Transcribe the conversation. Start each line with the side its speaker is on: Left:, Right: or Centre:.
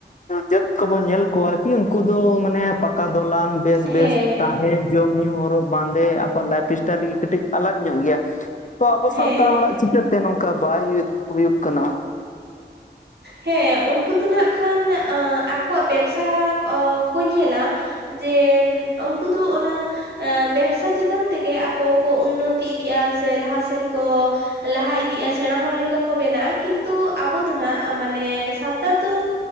Left: ᱡᱟᱹᱛ ᱠᱚᱵᱚᱱ ᱧᱮᱞ ᱠᱚᱣᱟ, ᱠᱤ ᱩᱱᱠᱩ ᱫᱚ ᱢᱟᱱᱮ, ᱯᱟᱠᱟ ᱫᱚᱞᱟᱱ᱾ ᱵᱮᱥ
Right: ᱦᱮᱸ
Left: ᱵᱮᱥ ᱛᱟᱦᱮᱸ ᱡᱚᱢ ᱧᱩ ᱦᱚᱨᱚᱜ ᱵᱟᱸᱫᱮ, ᱟᱠᱚᱣᱟᱜ ᱞᱟᱭᱤᱯᱷ ᱥᱴᱟᱭᱤᱞ ᱜᱮ ᱠᱟᱹᱴᱤᱡ ᱟᱞᱟᱠ ᱧᱚᱜ ᱜᱮᱭᱟ᱾ ᱛᱚ ᱟᱵᱚ
Right: ᱦᱮᱸ
Left: ᱥᱟᱱᱛᱟᱲ ᱦᱚᱲᱟᱜ ᱪᱤᱠᱟᱹᱛᱮ, ᱱᱚᱝᱠᱟ ᱵᱟᱭ ᱦᱩᱭᱩᱜ ᱠᱟᱱᱟ᱾
Right: ᱦᱮᱸ ᱩᱱᱠᱩ ᱫᱚ ᱱᱟᱜ ᱠᱷᱟᱱ, ᱟᱠᱚᱣᱟᱜ ᱵᱮᱵᱥᱟ ᱠᱚ ᱧᱮᱞᱟ᱾ ᱡᱮ ᱩᱱᱠᱩ ᱫᱚ, ᱚᱱᱟ ᱵᱮᱵᱥᱟ ᱪᱮᱛᱟᱱ ᱛᱮᱜᱮ ᱟᱠᱚ ᱠᱚ, ᱩᱱᱱᱚᱛᱤ ᱤᱫᱤᱜ-ᱟ, ᱥᱮ ᱞᱟᱦᱟᱥᱮᱱ ᱠᱚ ᱞᱟᱦᱟ ᱤᱫᱤᱜ-ᱟ, ᱥᱮᱲᱟ ᱦᱚᱲ ᱞᱮᱠᱟ ᱠᱚ ᱵᱮᱱᱟᱜ-ᱟ᱾ ᱠᱤᱱᱛᱩ ᱫᱚ ᱱᱟᱜ ᱢᱟᱱᱮ ᱥᱟᱱᱛᱟᱲ ᱫᱚ,